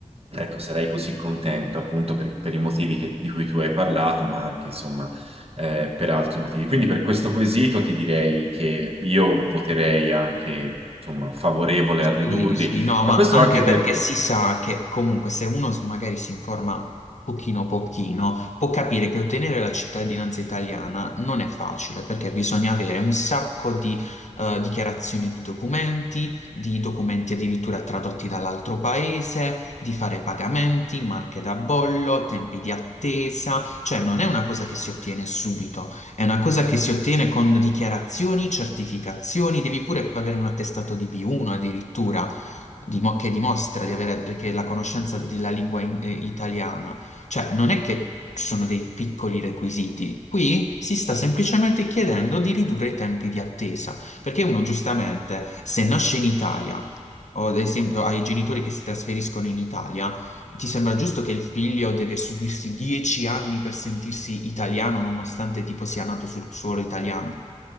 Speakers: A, on the right (about 55°); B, on the left (about 70°).
A: ecco, sarei così contento appunto per, per i motivi che- di cui tu hai parlato, ma anche insomma eh, per altri motivi. Quindi per questo quesito ti direi che io voterei anche, insomma, favorevole a ridurli.
B: Sì, sì, no,
A: Ma
B: ma
A: questo
B: anche
A: anche
B: perché
A: perché?
B: si sa che comunque se uno s- magari si informa pochino pochino, può capire che ottenere la cittadinanza italiana non è facile perché bisogna avere un sacco di eh, dichiarazioni di documenti, di documenti addirittura tradotti dall'altro paese, di fare pagamenti, marche da bollo, tempi di attesa, cioè non è una cosa che si ottiene subito. È una cosa che si ottiene con dichiarazioni, certificazioni, devi pure avere un attestato di B1 addirittura, dimo- che dimostra di avere che la conoscenza della lingua in- eh, italiana. Cioè, non è che ci sono dei piccoli requisiti. Qui si sta semplicemente chiedendo di ridurre i tempi di attesa, perché uno giustamente, se nasce in Italia, o ad esempio ai genitori che si trasferiscono in Italia, ti sembra giusto che il figlio deve subirsi dieci anni per sentirsi italiano nonostante tipo sia nato sul suolo italiano?